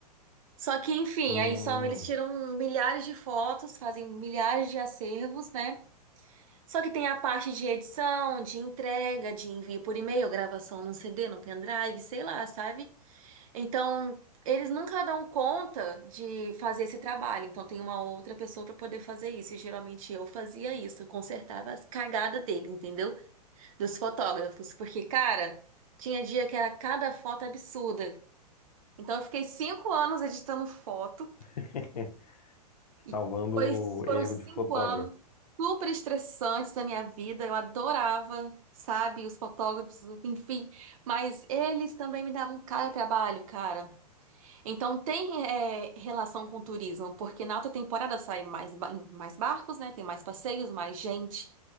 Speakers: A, on the right; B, on the left.
A: Só que, enfim,
B: Hum.
A: aí são, eles tiram milhares de fotos, fazem milhares de acervos, né? Só que tem a parte de edição, de entrega, de envio por e-mail, gravação num CD, num pendrive, sei lá, sabe? Então, eles nunca dão conta de fazer esse trabalho. Então, tem uma outra pessoa para poder fazer isso. E geralmente eu fazia isso, eu consertava as cagadas dele, entendeu? Dos fotógrafos. Porque, cara, tinha dia que era cada foto absurda. Então, eu fiquei cinco anos editando foto.
B: <laughs>
A: E
B: Salvando
A: pois
B: o
A: foram
B: erro
A: cinco
B: de fotógrafo.
A: anos super estressantes da minha vida. Eu adorava, sabe, os fotógrafos, enfim. Mas eles também me davam cara trabalho, cara. Então tem é, relação com o turismo, porque na alta temporada saem mais, ba- mais barcos, né? Tem mais passeios, mais gente.